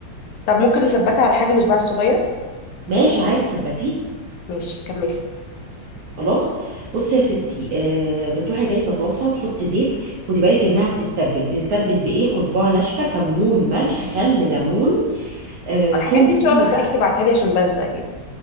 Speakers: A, on the left; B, on the right.
A: طب ممكن نثبتها على حجم صباعي الصغير
B: ماشي عادي ثبتيه
A: ماشي كملي
B: خلاص بصي يا ستي آه بتروحي جايبه طاسه تحطي زيت خدي بالك انها بتتبل بتتبل بايه كزبره ناشفه كمون ملح خل ليمون آه
A: الحاجات
B: توم
A: دي
B: كتير
A: ان شاء الله هخليك
B: بقى
A: تبعتها لي عشان بنسى اكيد